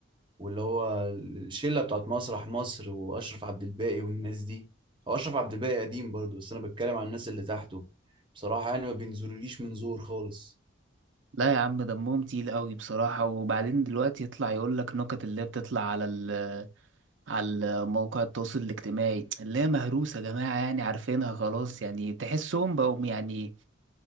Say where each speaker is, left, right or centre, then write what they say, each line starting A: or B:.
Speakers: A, on the right (about 25°); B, on the right (about 70°).
A: واللي هو الشلة بتاعت مسرح مصر واشرف عبد الباقي والناس دي هو اشرف عبد الباقي قديم برضو بس انا بتكلم عن الناس اللي تحته بصراحة يعني ما بينزلوليش من زور خالص
B: لا يا عم دمهم تقيل قوي بصراحة وبعدين دلوقتي يطلع يقول لك نكت اللي هي بتطلع على ال على مواقع التواصل الاجتماعي اللي هي مهروسة يا جماعة يعني عارفينها خلاص يعني تحسهم بقوا يعني